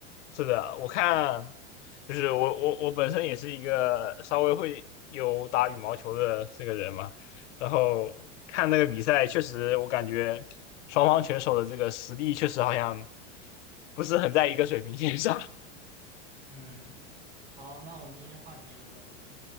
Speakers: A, on the left; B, on the right.
A: 是的，我看就是我我我本身也是一个稍微会有打羽毛球的这个人嘛，然后看那个比赛，确实我感觉双方选手的这个实力确实好像不是很在一个水平线上。
B: 嗯，好，那我们今天话题就到这边。